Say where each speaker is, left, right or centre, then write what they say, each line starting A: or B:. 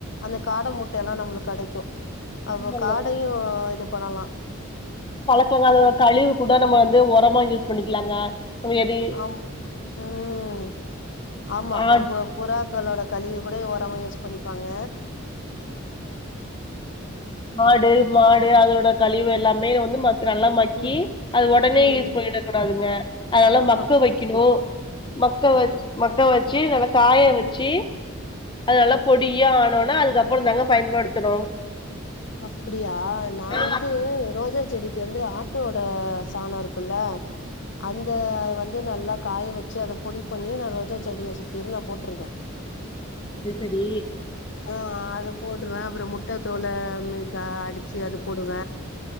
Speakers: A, on the left; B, on the left.
A: அந்த காட முட்டையெல்லா நம்மளுக்கு கெடைக்கு அப்போ
B: ஆமாங்க
A: காடையு இது பண்ணலா
B: பழக்கங்க அது கழிவு கூட நம்ம வந்து ஒரமா யூஸ் பண்ணிக்கலாங்க நம்ம எது
A: ஆம் ம் ஆமா
B: ஆ
A: அ பு புறா க்களோட கழிவ கூட ஒரமா யூஸ் பண்ணிப்பாங்க
B: மாடு மாடு அதோட கழிவு எல்லாமே வந்து ம அது நல்லா மக்கி
A: ம்
B: அது உடனே
A: ம்
B: யூஸ் பண்ணிட கூடாதுங்க. அதல்லா மக்க
A: அப்
B: வைக்கணு மக்க வச் மக்க வச்சு நல்லா காய வச்சு அது நல்லா பொடியா ஆனோனே அதுக்கப்புறந் தாங்க பயன்படுத்தணு.
A: அப்படியா நா
B: ஆ
A: வந்து ரோஜாச் செடிக்கு வந்து ஆட்டோட சாணோ இருக்குல்ல அந்த
B: ஆமா
A: வந்து நல்லத் காய வச்சு அத பொடி பண்ணி நா ரோஜா செடிய சுத்திர் நா போட்ருக்க
B: அது சரி
A: ஆ அது போட்ருவ அப்றோ முட்ட தோலு ம்மு கா அடிச்சி அது போடுவ